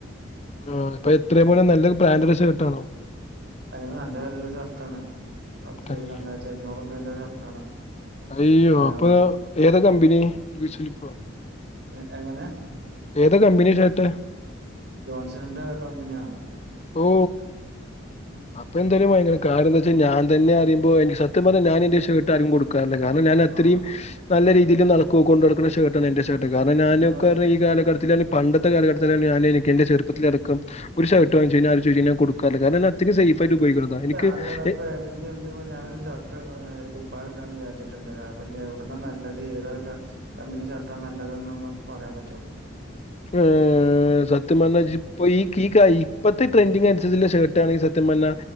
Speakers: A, on the left; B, on the right.
A: ആ അപ്പൊ എത്രയ മോനെ നല്ല ബ്രാന്റഡ് ഷർട്ട് ആണോ?
B: അങ്ങനെ നല്ല വിലെള്ള ഷർട്ടാണ് പത്ത്
A: തന്നെ
B: രണ്ടായിരത്തിഓർനൂർ പ്പിയടെ ഷർട്ടാണ്.
A: അയ്യോ
B: കുപ്പായാണ്
A: അപ്പൊ ഏത കമ്പനി <unintelligible>
B: എ എങ്ങനെ?
A: ഏത് കമ്പനി ഷർട്ട്?
B: ജോൺസണന്റെ കമ്പനിയാ
A: ഓ അപ്പൊ എന്തായാലും ഭയങ്കരം കാരണം എന്താ വെച്ചാ ഞാൻ തന്നെ അറിയുമ്പോ എനിക്ക് സത് ത്യം പറഞ്ഞാൽ ഞാൻ ഷേർട്ട് അർക്കും കൊടുക്കാറില്ല കാരണം ഞാൻ അത്രീം
B: ആഹ്
A: നല്ല രീതിയിൽ നടക്ക കൊണ്ട നടക്കുന്ന ഷേർട്ട് എന്റെ ഷേർട്ട് കാരണം ഞാനൊക്കെ
B: ഇങ്ങ
A: ഈ കാലഘ പണ്ടത്തെ കാലഘട്ടത്തില ഞാന് എക്ക് എന്റെ ചെറപ്പത്തിത്തില ഇക്ക ഒരു ഷർട്ട് വാങ്ങിച്ചെഞ്ഞാൽ കൊടുക്കറില്ല കാരണം അത്രയ്ക്ക് സേഫ് ആയിട്ട് ഉപയോഗിക്കുന്നതാ
B: ഇപ്പൊ
A: എനിക്ക്
B: അല്ലട ഇപ്പൊ ഞ്ഞി ഞ്ഞിപ്പോ ഇനിപ്പോ ഞാനൊരു ഷർട്ട് ഒരു കുപ്പാ യം എടുക്കാൻ വിചാരിച് ച്ചിട്ടുണ്ട് അഹ്പ്പോ എവുടെന്നാ നല്ലത് ഏതാ കമ്പനി ഷർട്ട നല്ലത്ന്ന് പറയാൻ പറ്റോ?
A: മ് മം സത്യപറഞ്ഞ ഇജ്ജ്പ്പൊതെ ഈ ഈ ഇപ്പഴത്തെ ട്രെൻഡിംഗ അനുസരിച്ചുള്ള ഷർട്ടാണ് ഈ സത്യംപറഞ്ഞ